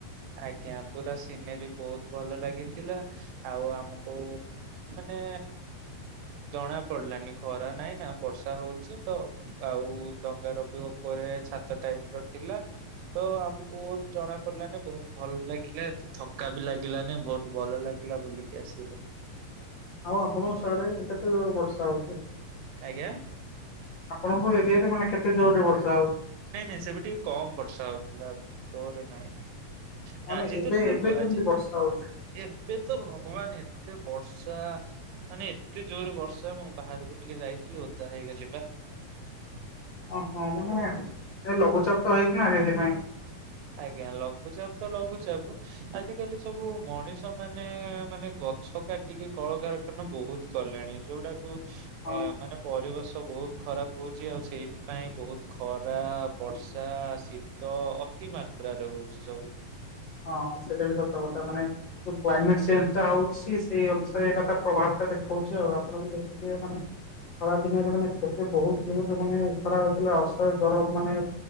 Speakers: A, on the right; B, on the left.
A: ଆଜ୍ଞା ପୁରା ସିନେରୀ ବହୁତ ଭଲ ଲାଗିଥିଲା ଆଉ ଆମକୁ ମାନେ ଜଣା ପଡିଲାନି ଖରା ନାଇଁ ନା ବର୍ଷା ହଉଛି ତ ଆଉ ଡଙ୍ଗାର ବି ଉପ ଛାତ ଟାଇପ ର ଥିଲା ତ ଆମକୁ ଜଣା ପଡିଲାନି ବହୁତ ଭଲ ଲାଗିଲା ଥକା ବି ଲାଗିଲାନି ବହୁତ ଭଲ ଲାଗିଲା ବୁଲିକି ଆସିଲୁ।
B: ଆଉ ଆପଣଙ୍କ ସାଡେ କେତେ ଜୋର ବର୍ଷା ହଉଛି?
A: ଆଜ୍ଞା
B: ଆପଣଙ୍କ ଏରିଆ ରେ ମାନେ କେତେ ଜୋରରେ ବର୍ଷା ହଉଛି?
A: ନାଇଁ ନାଇଁ ସେବେ ଟିକେ କମ ବର୍ଷା ହଉଥିଲା ଜୋରେ ନାହିଁ।
B: ମାନେ
A: ଆଜି
B: ଏବେ
A: ତ ଟିକେ
B: ଏବେ
A: ହୁ
B: କେମିତି
A: ଆଜି
B: ବର୍ଷା ହଉଛି?
A: ଏବେ ତ ଭଗବାନ ଏତେ ବର୍ଷା ମାନେ ଏତେ ଜୋର ବର୍ଷା ମୁଁ ବାହାରକୁ ଟିକେ ଯାଇଥିଲି ଓଦା ହେଇଗଲି ପା।
B: ଓହୋ ମାନେ ସେ ଲଘୁଚାପ ତ ହେଇଥିଲା ସେଥିପାଇଁ।
A: ଆଜ୍ଞା ଲଘୁଚାପ ତ ଲଘୁଚାପ ଆଜିକାଲି ସବୁ ମଣିଷ ମାନେ ମାନେ ଗଛ କାଟିକି କଳକାରଖାନା ବହୁତ କଲେଣି। ଯୋଉଟାକୁ
B: ହଁ
A: ଏ ମାନେ ପରିବେଶ ତ ବହୁତ ଖରାପ ହଉଛି। ଆଉ ସେଇଥିପାଇଁ ବହୁତ ଖରା ବର୍ଷା ଶୀତ ପ୍ରତି ମାତ୍ରାରେ ହଉଛି ସବୁ।
B: ହଁ ସେଇଟା ବି ସତ କଥା ମାନେ ଯୋଉ କ୍ଲାଇମେଟ ଚେଞ୍ଜ ଟା ହଉଛି ସେଇ ଅନୁସାରେ ଏଇଟା ତ ପ୍ରଭାବ ଟା ଦେଖାଉଛି ଆଉ ଆପଣ ବି ଦେଖୁଥିବେ ମାନେ ଖରା ଦିନରେ ମାନେ କେତେ ବହୁତ ଜୋରରେ ମାନେ ଖରା ହଉଥିଲା ଅସହୟ ଗରମ ମାନେ